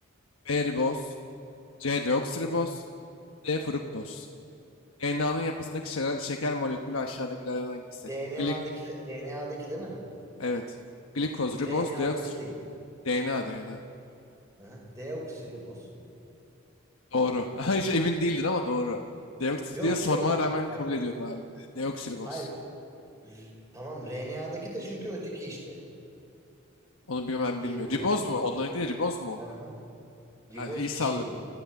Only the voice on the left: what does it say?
B. Riboz C. Deoksiriboz D. Fruktoz DNA'nın yapısındaki şere- şeker molekülü aşağıdakilerden hangisi?
Glik
evet. Glikoz, riboz,
deoksir...
DNA, DNA.
Doğru. <laughs> Hiç emin değildin ama doğru. Deoksir
diye sormana
rağmen kabul
ediyorum abi. Deoksiriboz.
Onu bilmem
bilmiyor. Riboz
mu? Onlarınki de riboz mu oluyor?
Yani iyi sallı.